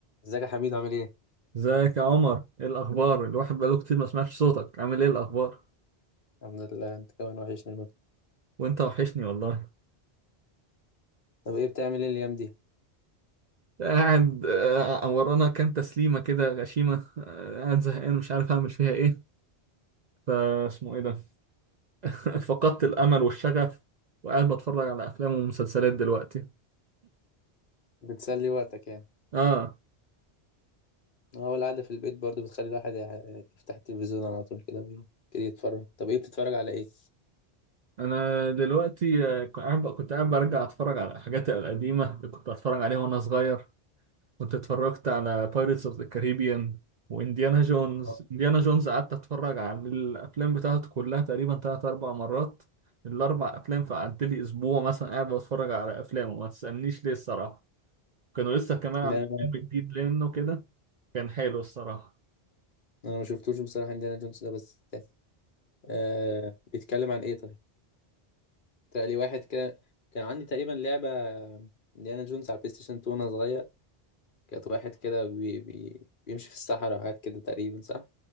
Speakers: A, on the left; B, on the right.
A: ازيك يا حميد عامل ايه؟
B: ازيك يا عمر ايه الاخبار الواحد بقاله كتير ما سمعش صوتك عامل ايه الاخبار
A: الحمد لله انت كمان وحشني الموت
B: وانت وحشني والله
A: طب ايه بتعمل ايه الايام دي؟
B: قاعد آه، ورانا كام تسليمه كده غشيمه آه، قاعد زهقان مش عارف اعمل فيها ايه فاسمه ايه ده <laughs> فقدت الامل والشغف وقاعد بتفرج على افلام ومسلسلات دلوقتي
A: بتسلي وقتك يعني
B: اه
A: هو القعدة في البيت برضو بتخلي الواحد يع- يفتح التلفزيون على طول كده ويبتدي يتفرج طب ايه بتتفرج على ايه؟
B: انا دلوقتي آه، كنت قاعد كنت قاعد برجع اتفرج على الحاجات القديمه اللي كنت اتفرج عليها وانا صغير كنت اتفرجت على بايرتس اوف ذا كاريبيان وانديانا جونز
A: آه.
B: انديانا جونز قعدت اتفرج على الافلام بتاعته كلها تقريبا تلات اربع مرات الاربع افلام فقعدت لي اسبوع مثلا قاعد بتفرج على افلامه ما تسالنيش ليه الصراحه كانوا لسه كمان عاملين
A: ان انا
B: فيلم جديد لانه كده كان حلو الصراحه
A: انا ما شفتوش بصراحة انديانا جونز ده بس آه بيتكلم عن ايه طيب؟ يعني لي واحد كده كان عندي تقريبا لعبة انديانا جونز على البلاي ستيشن 2 وانا صغير كانت واحد كده بي... بي... بيمشي في الصحراء وحاجات كده تقريبا صح؟